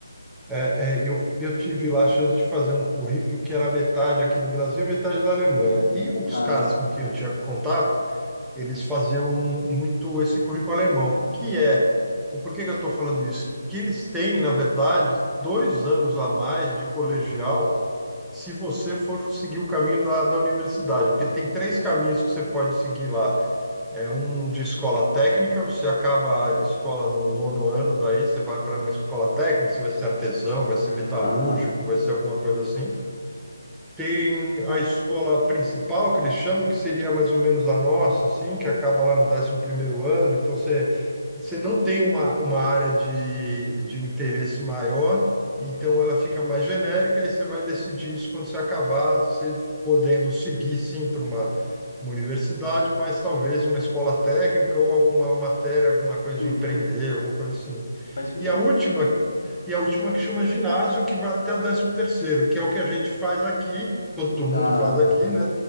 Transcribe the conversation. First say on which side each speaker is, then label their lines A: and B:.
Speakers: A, in the centre; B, on the left.
A: É, é, eu, eu tive lá a chance de fazer um currículo que era metade aqui do Brasil e metade da Alemanha. E os
B: tá,
A: caras com quem eu tinha contato, eles faziam um, muito esse currículo alemão, que é, o que que eu estou falando isso? Que eles têm, na verdade, dois anos a mais de colegial se você for seguir o caminho da, da universidade, porque tem três caminhos que você pode seguir lá. É um de escola técnica, você acaba a escola no nono ano, daí você vai para uma escola técnica, você vai ser artesão, vai ser metalúrgico,
B: tá.
A: vai ser alguma coisa assim. Tem a escola principal, que eles chamam, que seria mais ou menos a nossa, assim, que acaba lá no décimo primeiro ano. Então, você, você não tem uma, uma área de, de interesse maior, então ela fica mais genérica e você vai decidir isso quando você acabar, você podendo seguir, sim, para uma, uma universidade, mas talvez uma escola técnica ou alguma matéria, alguma coisa
B: Uhum,
A: de empreender, alguma coisa assim.
B: faz sentido.
A: E a última e a última que chama ginásio, que vai até o décimo terceiro, que é o que a gente faz aqui, todo mundo
B: Tá,
A: faz aqui, né?